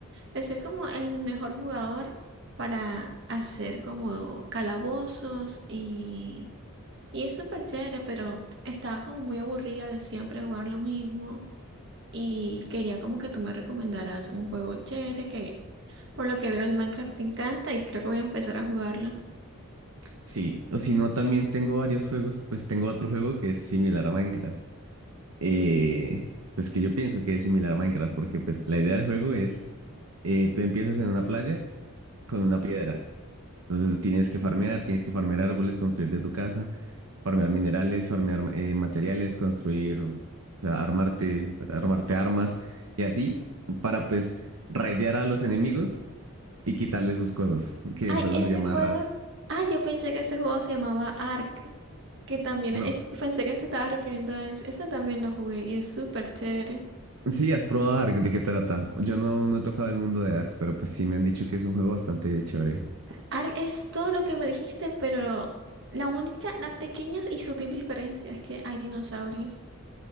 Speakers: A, on the right; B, on the right.
A: de ser como el mejor jugador para hacer como calabozos y, y es súper chévere, pero estaba como muy aburrida de siempre jugar lo mismo y quería como que tú me recomendaras un juego chévere que por lo que veo el Minecraft te encanta y creo que voy a empezar a jugarlo.
B: Sí, o si no, también tengo varios juegos. Pues tengo otro juego que es similar a Minecraft. eh, pues que yo pienso que es similar a Minecraft, porque pues la idea del juego es, eh, tú empiezas en una playa con una piedra, entonces tienes que farmear, tienes que farmear árboles, construirte tu casa, farmear minerales, farmear eh, materiales, construir, o sea, armarte, armarte armas y así para pues raidear a los enemigos y quitarles sus cosas, que
A: Ay,
B: el juego
A: ese
B: se llama
A: juego.
B: Rust.
A: Ay, yo pensé que ese juego se llamaba Ark. Que también.
B: No,
A: eh, pensé que te estaba refiriendo a ese. Ese también lo jugué y es súper chévere.
B: sí, has probado Ark, ¿de qué trata? Yo no, no he tocado el mundo de Ark, pero pues sí me han dicho que es un juego bastante chévere.
A: Ark es todo lo que me dijiste, pero la única, la pequeña y sutil diferencia es que hay dinosaurios.